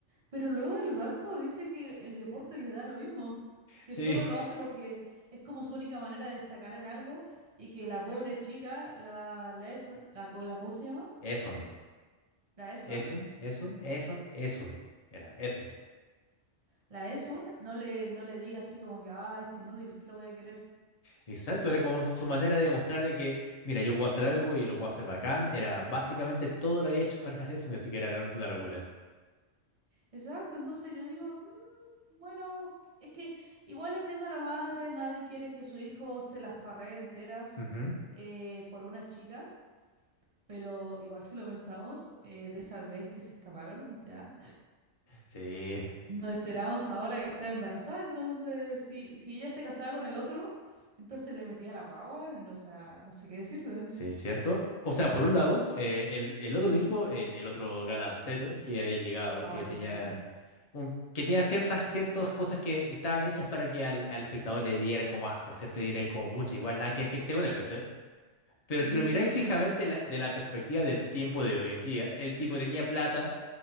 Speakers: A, on the right; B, on the left.
A: pero luego en el barco dice que el, el deporte le da lo mismo, que
B: Sí,
A: solo lo hace porque es como su única manera de destacar en algo y que la pobre chica, la Lesson, la, co- la ¿cómo se llama?
B: <laughs> Eson,
A: La Eson,
B: Eson, Eson, Eson, Eson, era Eson.
A: la Esun no le, no le diga así como que, ah, este inútil, ¿qué lo voy a querer?
B: Exacto,
A: O sea,
B: era como su manera de demostrarle que, mira, yo puedo hacer algo y lo puedo hacer bacán. Era básicamente todo lo había hecho para <laughs> eso, ni siquiera era realmente una locura.
A: exacto, entonces yo digo, "Mm, bueno, es que igual entiendo a la madre, nadie quiere que su hijo se las farree enteras
B: Ujú.
A: eh, por una chica, pero igual si lo pensamos, eh, de esa vez que se escaparon, ya,
B: Sí,
A: nos enteramos ahora que está embarazada, entonces si, si ella se casaba con el otro, entonces le metía la guagua, no, o sea, no sé qué decirte.
B: sí, cierto. O sea, por un lado, eh, el, el otro
A: Ujú.
B: tipo, el, el otro galancete que había llegado,
A: Ay,
B: que tenía
A: sí.
B: un, que tenía ciertas, ciertas cosas que estaban hechas para que al, al espectador le diera como asco, ¿cierto? Y diréis como, pucha, igual nada que ver que este bueno, ¿cachai? Pero
A: Mm,
B: si lo miráis fijamente
A: sí.
B: la- de la perspectiva del tiempo de hoy en día, el tipo tenía plata